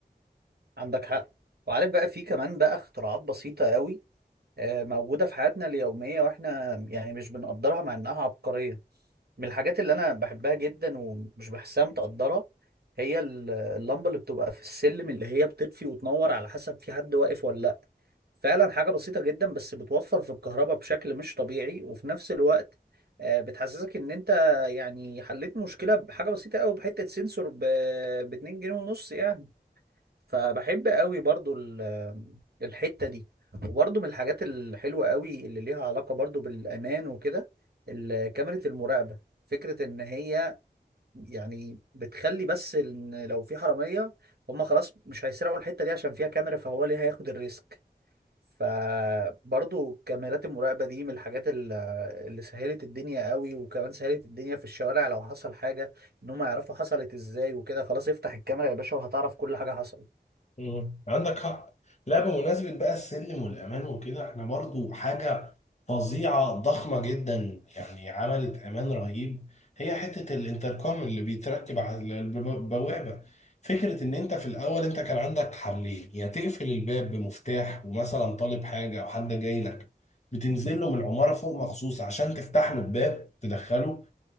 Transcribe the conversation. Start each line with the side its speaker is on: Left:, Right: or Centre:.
Right: عندك حق وعارف بقى في كمان بقى اختراعات بسيطة قوي آه، موجودة في حياتنا اليومية واحنا يعني مش بنقدرها مع انها عبقرية من الحاجات اللي انا بحبها جدا ومش بحسها متقدرة هي ال- اللمبة اللي بتبقى في السلم اللي هي بتطفي وتنور على حسب في حد واقف ولا لا فعلا حاجة بسيطة جدا بس بتوفر في الكهرباء بشكل مش طبيعي وفي نفس الوقت آه، بتحسسك ان انت يعني حليت مشكلة بحاجة بسيطة قوي بحتة سنسور ب 2 جنيه ونص يعني فبحب قوي برضو ال- الحتة دي وبرضو من الحاجات الحلوة قوي اللي ليها علاقة برضو بالأمان وكده ال- كاميرا المراقبة فكرة إن هي يعني بتخلي بس إن لو في حرامية هما خلاص مش هيسرقوا الحتة دي عشان فيها كاميرا فهو اللي هياخد الريسك فبرضو كاميرات المراقبة دي من الحاجات ال- اللي سهلت الدنيا قوي وكمان سهلت الدنيا في الشوارع لو حصل حاجة إن هما يعرفوا حصلت إزاي وكده خلاص افتح الكاميرا يا باشا وهتعرف كل حاجة حصلت
Left: مم. عندك حق لا بمناسبة بقى السلم والأمان وكده احنا برضو حاجة فظيعة ضخمة جدا يعني عملت أمان رهيب هي حتة الانتركم اللي بيتركب على الب- البوابة فكرة إن أنت في الأول أنت كان عندك حلين يا تقفل الباب بمفتاح ومثلا طالب حاجة أو حد جاي لك بتنزل له من العمارة فوق مخصوص عشان تفتح له الباب تدخله